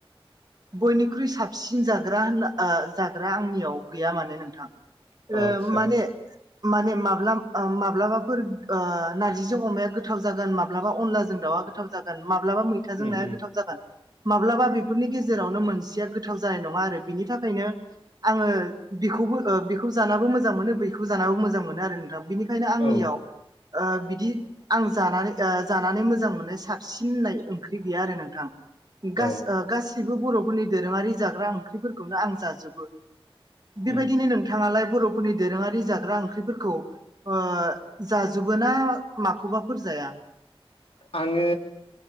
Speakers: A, on the right; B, on the left.
A: बयनिख्रुइ साबसिन जाग्रा होनना जाग्रा आंनियाव गैया मानो नोंथां
B: औ
A: ओ
B: आदसा
A: माने माने माब्ला ओ माब्लाबाफोर ओ नारजिजों अमाया गोथाव जागोन माब्लाबा अन्थायजों दावा गोथाव जागोन माब्लाबा मैथाजों
B: उम
A: नाया
B: उम
A: गोथाव जागोन। माब्लाबा बेफोरनि गेजेरावनो मोनसेया गोथाव जानाय नङा आरो बिनि थाखायनो आङो बेखौ बो बेखौ जाबो मोजां मोनो बेखौ जानाबो मोजां मोजां मोनो आरो नोंथां बिनिखायनो आंनियाव
B: औ
A: ओ बिदि आं जानानै ओ जानानै मोजां मोननाय साबसिन होननाय ओंख्रि गैया आरो नोंथां। गासै
B: औ
A: ओ गासैबो बर'फोरनि दोरोङारि जाग्रा ओंख्रिफोरखौनो आं जाजोबो। बेबायदिनो
B: उम
A: नोंथाङालाय बर'फोरनि दोरोङारि जाग्रा ओंख्रि फोरखौ ओ जाजोबो ना माखौबाफोर जाया?
B: आङो